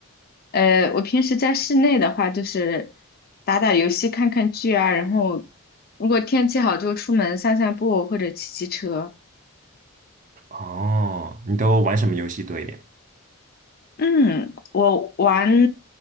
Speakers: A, on the left; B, on the right.
A: 呃，我平时在室内的话，就是打打游戏、看看剧啊，然后如果天气好就出门散散步或者骑骑车。
B: 哦，你都玩什么游戏多一点？
A: 嗯，我玩